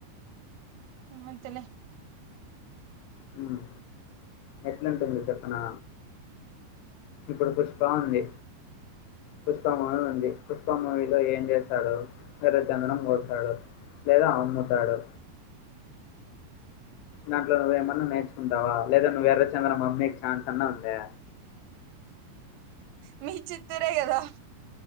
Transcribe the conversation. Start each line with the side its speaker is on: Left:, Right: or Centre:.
Right: ఏం వద్దులే.
Left: హ్మ్, ఎట్లాంటుంది చెప్పనా. ఇప్పుడు పుష్పా ఉంది. పుష్పమూవీ ఉంది పుష్పమూవీలో ఏం చేశాడు ఎర్రచందనం కోశాడు. లేదా అమ్ముతాడు.
Right: <inaudible>
Left: దాంట్లో నువ్వేమన్నా నేర్చుకుంటావా లేదా నువ్వు ఎర్రచందనం అమ్మే ఛాన్స్ అన్న ఉందా.
Right: మీ చిత్తూరు కదా.